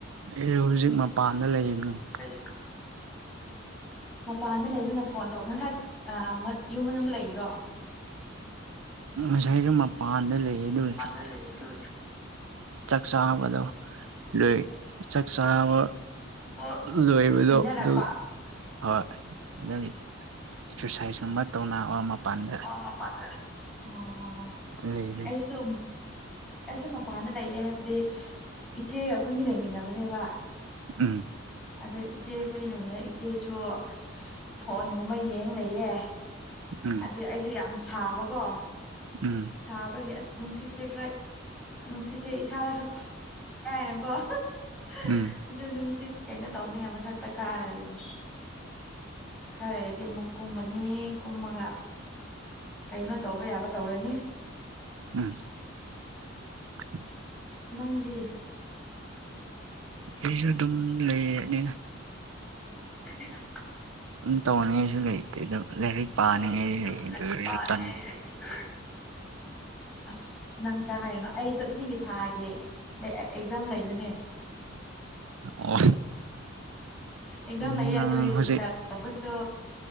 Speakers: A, on the right; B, in the centre.
A: ꯑꯩ ꯍꯧꯖꯤꯛ ꯃꯄꯥꯟꯗ ꯂꯩꯔꯤꯕꯅꯤ
B: ꯀꯩꯅ ꯃꯄꯥꯟꯗ ꯂꯩꯕꯅ ꯐꯣꯟ ꯇꯧ ꯉꯁꯥꯏ ꯌꯨꯝ ꯃꯅꯨꯡꯗ ꯂꯩꯔꯤꯔꯣ
A: ꯉꯁꯥꯏꯁꯨ ꯃꯄꯥꯟꯗ ꯂꯩꯌꯦ ꯑꯗꯨ ꯑꯣꯏꯔꯁꯨ
B: ꯂꯩꯦ ꯑꯗꯨ
A: ꯆꯥꯛ ꯆꯥꯕꯗꯣ ꯂꯣꯏ ꯆꯥꯛ ꯆꯥꯕ
B: ꯍꯣꯏ
A: ꯂꯣꯏꯕꯗꯣ
B: ꯂꯣꯏꯅꯔꯛꯄ
A: ꯑꯗꯨ ꯍꯣꯏ ꯑꯗꯨꯒꯤ ꯑꯦꯛꯁꯔꯁꯥꯏꯁꯀꯨꯝꯕ ꯇꯧꯅꯕ ꯃꯄꯥꯟꯗ
B: ꯃꯄꯥꯟꯗ ꯑꯣ
A: ꯂꯩꯕꯅꯤ
B: ꯑꯩꯁꯨ ꯑꯩꯁꯨ ꯃꯄꯥꯟꯗ ꯂꯩꯌꯦ ꯍꯥꯏꯕꯗꯤ ꯏꯆꯦꯒ ꯑꯈꯣꯏꯅꯤ ꯂꯩꯃꯤꯟꯅꯕꯅꯦꯕ
A: ꯎꯝ
B: ꯑꯗꯣ ꯏꯆꯦ ꯑꯈꯣꯏꯅꯤ ꯂꯩꯃꯤꯟꯅ ꯏꯆꯦꯁꯨ ꯐꯣꯟꯒꯨꯝꯕ ꯌꯦꯡ ꯂꯩꯌꯦ
A: ꯎꯝ
B: ꯑꯗꯨ ꯑꯩꯁꯨ ꯌꯥꯝ ꯁꯥꯕꯀꯣ
A: ꯎꯝ
B: ꯁꯥꯕꯒꯤ ꯑꯁ ꯅꯨꯡꯁꯤꯠꯁꯦ ꯈꯔ ꯅꯨꯡꯁꯤꯠꯁꯦ ꯏꯁꯥꯗ ꯈꯔ <unintelligible>
A: ꯎꯝ
B: ꯑꯗꯨ ꯅꯨꯡꯁꯤꯠ ꯀꯩꯅꯣ ꯇꯧꯅꯤꯡꯉꯥꯏ ꯃꯊꯛꯇ ꯀꯥꯔ ꯂꯩꯕꯅꯤ ꯈꯔ ꯂꯩꯔꯗꯤ ꯑꯃꯨꯛ ꯀꯨꯝꯃꯅꯤ ꯀꯨꯝꯃꯒ ꯀꯩꯅꯣ ꯇꯧꯕ ꯌꯥꯕ ꯇꯧꯔꯅꯤ
A: ꯎꯝ <inaudible>
B: ꯅꯪꯗꯤ
A: ꯑꯩꯖꯨ ꯑꯗꯨꯝ ꯂꯩꯑꯦꯅꯤ
B: <inaudible>
A: ꯇꯧꯅꯤꯡꯉꯥꯏꯁꯨ ꯂꯩꯇꯦꯗꯨ ꯂꯥꯏꯔꯤꯛ ꯄꯥꯅꯤꯡꯉꯩ
B: ꯂꯩꯇꯦ ꯑꯗꯨꯝ
A: ꯂꯩ ꯑꯗꯨ ꯑꯣꯏꯔꯁꯨ
B: ꯄꯥꯅꯤꯡꯉꯥꯏꯗꯤ
A: ꯇꯟ
B: ꯂꯩ ꯑꯗꯨ ꯑꯁ ꯅꯪꯗ ꯍꯥꯏꯔꯅꯨ ꯑꯩꯁꯨ ꯁꯤꯒꯤ ꯊꯥꯒꯤ ꯑꯦꯛꯖꯥꯝ ꯂꯩꯕꯅꯦ
A: ꯑꯣ
B: ꯑꯦꯛꯖꯥꯝ
A: ꯅꯪ
B: ꯂꯩꯌꯦ ꯑꯗꯨ ꯔꯦꯖꯤꯁꯇꯔ
A: ꯍꯧꯖꯤꯛ
B: ꯇꯧꯕꯁꯨ